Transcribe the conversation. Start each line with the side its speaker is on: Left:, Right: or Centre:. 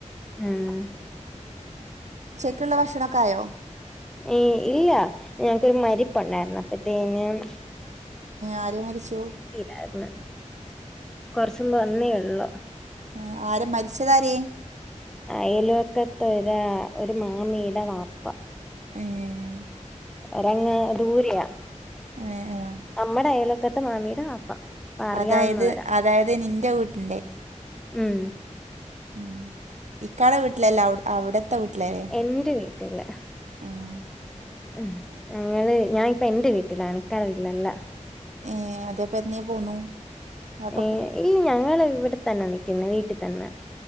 Centre: ഉം
Right: ക്ക്ള്ള ഭക്ഷണക്കായോ
Centre: ഈ ഇല്ല ഞങ്ങൾക്കൊരു മരിപ്പുണ്ടായിരുന്നു അപ്പൊത്തേനും
Right: ആര് മരിച്ചു
Centre: ഇതായിരുന്ന് കൊറച്ച് മുമ്പ് വന്നേ ഉള്ളൂ
Right: ആഹ് ആരെ മരിച്ചതാരേ
Centre: അയലൊക്കത്തെ ഒര ഒരു മാമീടെ വാപ്പ
Right: ഏഹ്
Centre: ഒരങ്ങ് ദൂരയാ
Right: ഏഹ് ഏഹ്
Centre: അമ്മെടെ അയലൊക്കത്തെ മാമിയുടെ ആപ്പ അറിയാവുന്നവരാ
Right: അതായത് അതായത് നിന്റെ വീട്ടിന്റെ
Centre: ഉം
Right: ഉം ഇക്കാടെ വീട്ടിലല്ല അവിടത്തെ വീട്ട്കാര്
Centre: എൻ്റെ വീ ഇട്ടില്ല
Right: ഉം
Centre: ഉം ഞങ്ങള് ഞാനിപ്പം എന്റെ വീട്ടിലാണ് ഇക്കാന്റെ വീട്ടിലല്ല
Right: ഏഹ് അത്പ്പെന്നേ പോന്നു അപ്പൊ
Centre: ഏഹ്
Right: കു
Centre: ഇല്ല ഞങ്ങള് ഇവിടെത്തന്നെ നിക്കുന്നേ വീട്ടിൽ തന്നെ